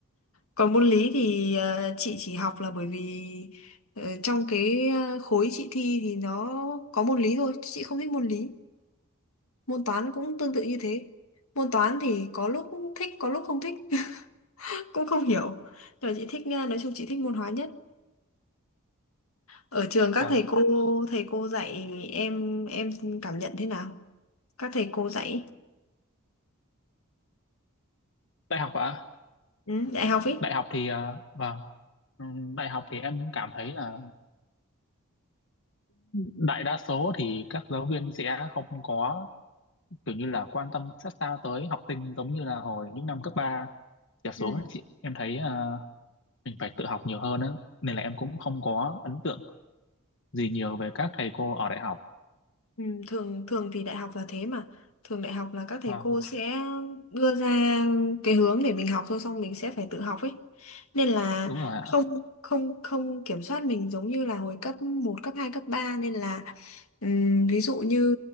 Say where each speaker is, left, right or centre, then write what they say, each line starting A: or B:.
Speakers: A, on the left; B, on the left.
A: còn môn lý thì ờ, chị chỉ học là bởi vì ờ, trong cái ờ, khối chị thi thì nó có môn lý thôi chứ chị không thích môn lý môn toán cũng tương tự như thế môn toán thì có lúc thích có lúc không thích <laughs> cũng không hiểu nhưng mà chị thích ờ, nói chung chị thích môn hóa nhất Ở trường các
B: Vâng,
A: thầy cô thầy cô dạy em em cảm nhận thế nào? Các thầy cô dạy
B: đại học ạ.
A: ừ, dạy học ý.
B: Đại học thì ờ, vâng, ừ, đại học thì em cảm thấy là đại đa số thì các giáo viên sẽ không có kiểu như là quan tâm sát sao tới học sinh giống như là hồi những năm cấp 3 trở xuống
A: Ừ.
B: ấy chị em thấy ờ, mình phải tự học nhiều hơn á nên là em cũng không có ấn tượng gì nhiều về các thầy cô ở đại học
A: Ừ, thường thường thì đại học là thế mà thường đại học là các thầy
B: vâng
A: cô sẽ đưa ra cái hướng để mình học thôi xong mình sẽ phải tự học ấy nên là
B: đúng rồi ạ
A: không không không kiểm soát mình giống như là hồi cấp một cấp 2 cấp ba nên là ừm, ví dụ như